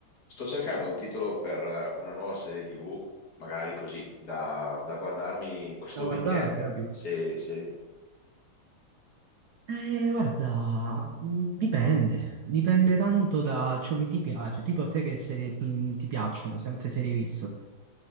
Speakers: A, on the left; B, on the right.
A: Sto cercando un titolo per eh, una nuova serie TV, magari così, da, da guardarmi <laughs> questo
B: da guardare,
A: weekend.
B: capito?
A: Se, se-
B: Eh, guarda, mh, dipende, dipende tanto da ciò che ti piace, tipo a te che serie ti, ti piacciono, se altre serie hai visto.